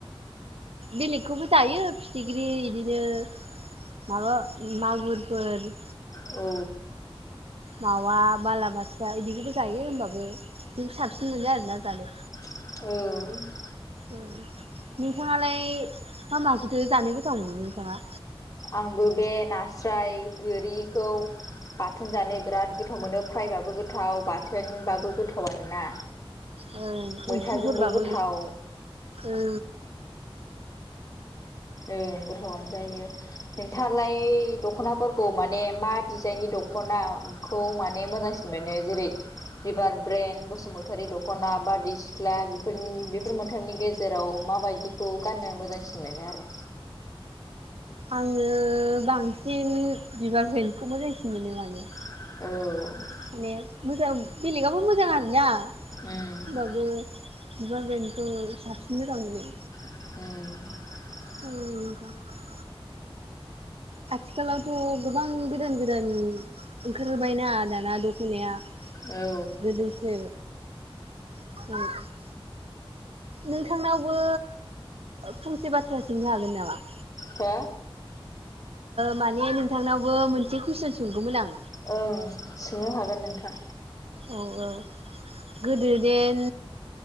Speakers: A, on the right; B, on the left.
A: बेलेगखौबो जायो फिथिख्रि बिदिनो माबा मागुरफोर
B: औ।
A: मावा बालाबाथिया बिदिखौबो जायो होमबाबो बिदि साबसिन मोनो आरोना जानो।
B: औ।
A: नोंथाङालाय मा माखौथो जानो गोथाव मोनो नोंथाङा?
B: आंबो बे नास्राय गोरिखौ बाथोन जानो बिराद गोथाव मोनो फ्रायबाबो गोथाव बाथोनबाबो गोथाव आरोना।
A: औ
B: मैथाजोंबो
A: ओंख्रिफोरबाबो
B: गोथाव
A: ओ
B: ओ गोथावनो जायो। थालाय दख'नाफोरखौ माने मा डिजाइननि दख'नाखौ माने मोजांसिन मोनो जेरै बिबार ब्रेन्ड बसुमतारी दख'ना बारदै सिख्ला बेफोर मोनथामनि गेजेराव जेराव माबायदिखौ गाननो मोजांसिन मोनो आरो?
A: आङो बांसिन बिबार ब्रेनडखौ मोजांसिन मानो आरो
B: औ।
A: माने मोजां बेलेगआबो मोजां आरोना होमबाबो
B: उम
A: बिबार ब्रेनखौ साबसिन मोजां मोनो।
B: <unintelligible>
A: <unintelligible> आथिखालावथ' गोबां गोदान - गोदान ओंखारबायना दाना गोदोसो
B: औ
A: <inaudible> नोंथांनावबो फंसे बाथ्रा सोंनो हागोन नामा।
B: हो
A: माने नोंथांनावबो मोनसे कुइसन सोंगौमोन आं।
B: औ सोंनो हागोन नोंथां
A: औ औ गोदो देन।